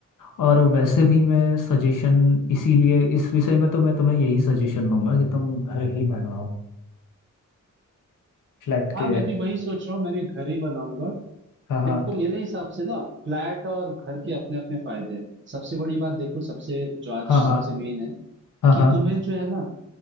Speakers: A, on the left; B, on the right.
A: और वैसे भी मैं सजेशन इसीलिए इस विषय में तो मैं तुम्हें यही सजेशन दूंगा कि तुम घर ही बनाओ फ्लैट
B: हाँ
A: के
B: मैं भी वही सोच रहा हूँ मैं भी घर ही बनाऊंगा
A: हाँ हाँ
B: देखो मेरे हिसाब से ना फ्लैट और घर के अपने अपने फायदे हैं सबसे बड़ी बात देखो सबसे जो आज
A: हाँ हाँ
B: सबसे मेन है
A: हाँ
B: कि
A: हाँ
B: तुम्हें जो है ना